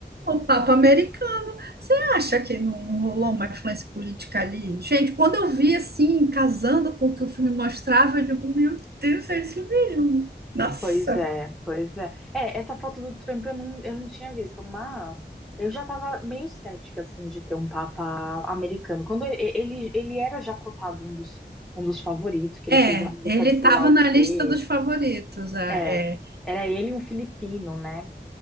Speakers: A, on the right; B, in the centre.
A: O Papa americano. Você acha que não rolou uma influência política ali? Gente, quando eu vi assim, casando com o que o filme mostrava, eu digo, meu Deus, é isso mesmo. Nossa.
B: Pois é, pois é. É, essa foto do Trump eu não, eu não tinha visto, mas eu já estava meio cética, assim, de ter um Papa americano. Quando e- ele, ele era já cotado um dos, um dos favoritos, que
A: É,
B: ele fez a lista
A: ele
B: de sei
A: estava
B: lá o
A: na
B: quê.
A: lista dos favoritos. É,
B: É,
A: é.
B: era ele e um filipino, né?